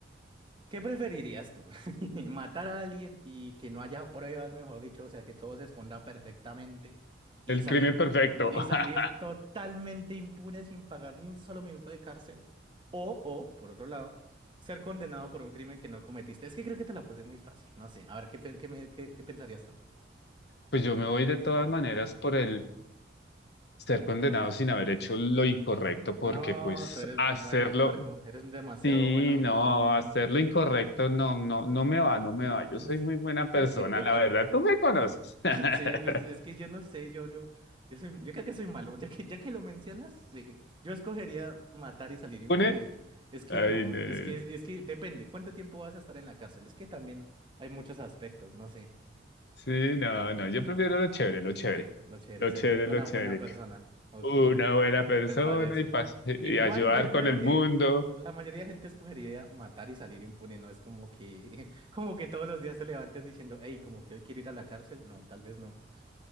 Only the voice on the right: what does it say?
¿Qué preferirías tú? <laughs> ¿Matar a alguien y que no haya pruebas, mejor dicho? O sea, que todo se esconda perfectamente y
salir
y
salir totalmente impune sin pagar ni un solo minuto de cárcel. O, o, por otro lado, ser condenado por un crimen que no cometiste. Es que creo que te la puse muy fácil. No sé, a ver, ¿qué, pe- qué, me- qué, qué pensarías tú?
No,
tú eres muy
bueno, Marco. Eres demasiado
bueno.
No, no,
no.
<laughs>
<laughs>
Sí, pues, es que yo no sé, yo, yo, yo soy, yo creo que soy malo, <laughs> ya que, ya que lo mencionas, sí, yo escogería matar y salir impune.
Es que
no,
es
que,
es que depende, ¿cuánto tiempo vas a estar en la cárcel? Es que también hay muchos aspectos, no sé,
lo chévere,
ser
una
buena persona, ok,
me parece.
Igual
yo creo
que
la mayoría de gente escogería matar y salir impune, no es como que, <laughs> como que todos los días te levantes diciendo, hey, como que hoy quiero ir a la cárcel, no, tal vez no.